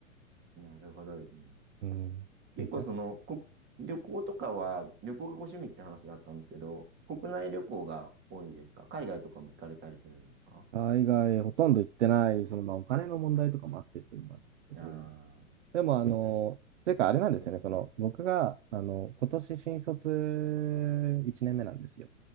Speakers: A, on the right (about 25°); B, on the right (about 60°).
A: なるほどですね。
B: うん、
A: 結構その、
B: みたいな。
A: こ、旅行とかは、旅行がご趣味って話だったんですけど、国内旅行が多いですか海外とかも行かれたりするんですか
B: 海外ほとんど行ってない、その、まあ、お金の問題とかもあってっていうのもあるんですけど、
A: ああー、
B: でも、あの、
A: まあ、確
B: というか、あれなんですよね、
A: かにそうですよね。
B: その、僕が、あの、今年新卒1年目なんですよ。